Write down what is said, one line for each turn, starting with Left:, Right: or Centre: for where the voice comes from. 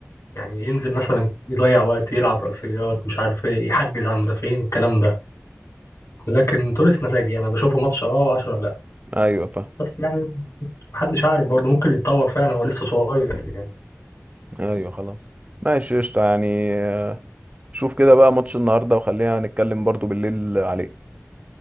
Left: يعني ينزل مثلا يضيع وقت يلعب رأسيات مش عارف ايه يحجز على المدافعين الكلام ده لكن توريس مزاجي انا بشوفه ماتش اه وعشرة لا
Right: ايوه فاهم
Left: بس يعني محدش عارف برضه ممكن يتطور فعلا هو لسه صغير يعني
Right: ايوه خلاص ماشي قشطة يعني آه، شوف كده بقى ماتش النهارده وخلينا نتكلم برضو بالليل عليه